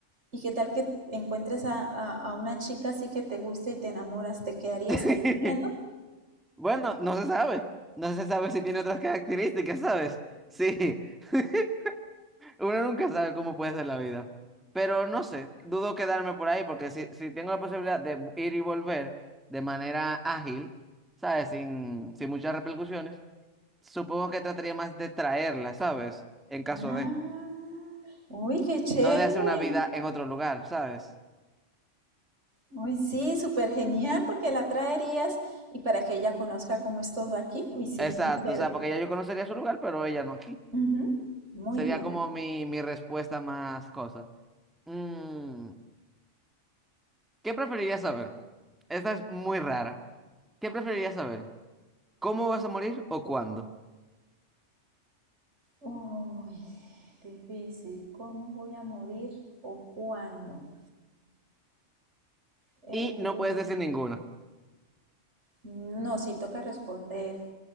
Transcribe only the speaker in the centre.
<laughs>
Bueno, no se sabe. No se sabe si tiene otras características, ¿sabes? Sí. <laughs> Uno nunca sabe cómo puede ser la vida. Pero no sé, dudo quedarme por ahí porque si, si tengo la posibilidad de ir y volver de manera ágil, ¿sabes? Sin, sin muchas repercusiones, supongo que trataría más de traerla, ¿sabes? En caso
de,
no de hacer una vida en otro lugar, ¿sabes?
Exacto,
o sea, porque ya yo conocería su lugar, pero ella no aquí.
Sería
como mi, mi respuesta más cosa. Mm, ¿qué preferirías saber? Esta es muy rara. ¿Qué preferirías saber? ¿Cómo vas a morir o cuándo?
Y no puedes decir ninguno.